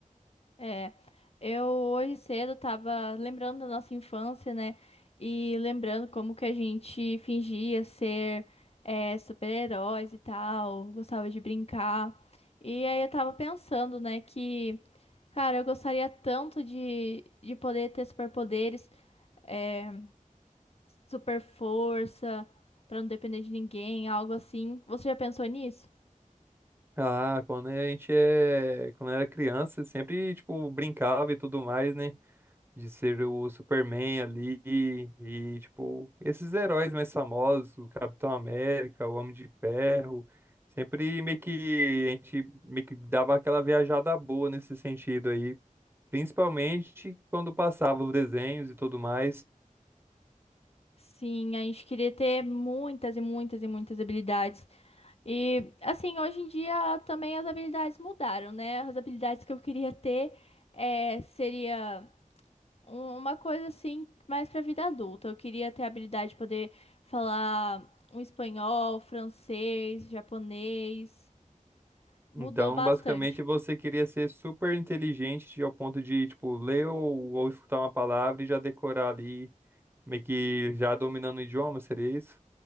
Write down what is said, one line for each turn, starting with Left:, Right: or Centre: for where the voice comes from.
Left: É, eu hoje cedo tava lembrando da nossa infância, né? E lembrando como que a gente fingia ser é, super-heróis e tal, gostava de brincar. E aí eu tava pensando, né, que, cara, eu gostaria tanto de, de poder ter superpoderes, é, super força, pra não depender de ninguém, algo assim. Você já pensou nisso?
Right: Ah, quando a gente é, quando era criança, sempre tipo brincava e tudo mais, né? De ser o Superman ali e, e, tipo esses heróis mais famosos, o Capitão América, o Homem de Ferro, sempre meio que a gente meio que dava aquela viajada boa nesse sentido aí, principalmente quando passava os desenhos e tudo mais.
Left: Sim, a gente queria ter muitas e muitas e muitas habilidades. E assim, hoje em dia também as habilidades mudaram, né? As habilidades que eu queria ter é, seria um- uma coisa assim mais para vida adulta. Eu queria ter a habilidade de poder falar um espanhol, francês, japonês. Mudou
Right: Então,
Left: bastante.
Right: basicamente, você queria ser super inteligente ao ponto de, tipo, ler ou, ou escutar uma palavra e já decorar ali Meio que já dominando o idioma, seria isso?